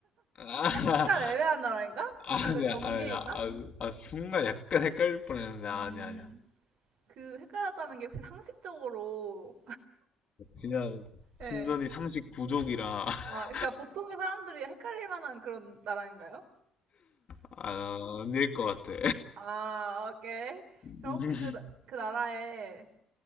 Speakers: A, on the left; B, on the right.
A: 아, <laughs>
B: 약간 애매한 나라인가?
A: 아니야,
B: 약간 그 경계에
A: 아니야.
B: 있나?
A: 아, 아, 순간 약간 헷갈릴 뻔했는데,
B: 음,
A: 아니야, 아니야.
B: 그 헷갈렸다는 게 혹시 상식적으로,
A: 그냥, 순전히
B: 예.
A: 상식 부족이라, <laughs>
B: 아, 그러니까 보통의 사람들이 헷갈릴 만한 그런 나라인가요?
A: 아닐 것 같아.
B: 아, 오케이. 그럼
A: <laughs>
B: 혹시 그, 나- 그 나라에,